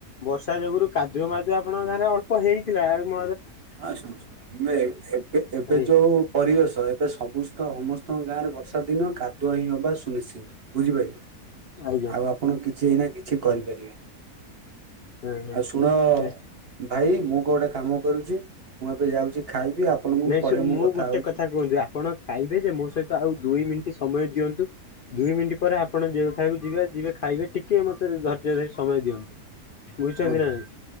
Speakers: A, on the left; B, on the right.
A: ବର୍ଷା ଯୋଗୁରୁ କାଦୁଅ ମାଦୁଅ ଆପଣଙ୍କ ଗାଁରେ ଅଳ୍ପ ହେଇଥିଲା ।ମ
B: ଆସନ୍ତୁ ଏବେ ଏବେ
A: ଆଜ୍ଞା
B: ଯୋଉ ପରିବେଶ, ଏବେ ସମସ୍ତ ସମସ୍ତଙ୍କ ଗାଁରେ ବ ବର୍ଷା ଦିନ କାଦୁଆ ହିଁ ହବା ସୁନିଶ୍ଚିନ୍ତ ବୁଝିପାରିଲେ।
A: ଆଜ୍ଞା
B: ଆଉ ଆପଣ କି କିଛି ଏଇନା କିଛି କରିପାରିବେନି।
A: ହଁ
B: ଆଉ ଶୁଣ
A: ହଁ।
B: ଭାଇ ମୁଁ କୋଉଟେ କାମ କରୁଛି, ମୁଁ ଏବେ ଯାଉଛି ଖାଇବି ଆପଣଙ୍କୁ
A: ନାଇଁ
B: ପରେ
A: ସେ
B: ମୁଁ
A: ମୁ ଗୋଟେ
B: ହଉଛି।
A: କଥା କୁହନ୍ତୁ, ଆପଣ ଖାଇବେ ଯେ ମୋ ସହିତ ଆଉ ଦୁଇ ମିନିଟ କି ସମୟ ଦିଅନ୍ତୁ। ଦୁଇ ମିଣ୍ଟି ପରେ ଆପଣ ଯେଉଁଠାକୁ ଯିବେ ଯିବେ ଖାଇବେ ଟିକେ ମତେ ଧୈର୍ଯ୍ୟ ଧରି ସମୟ ଦିଅନ୍ତୁ।
B: ହଁ
A: ବୁଚନ୍ତି
B: କୁହନ୍ତୁ
A: ନାଁ ନାଇଁ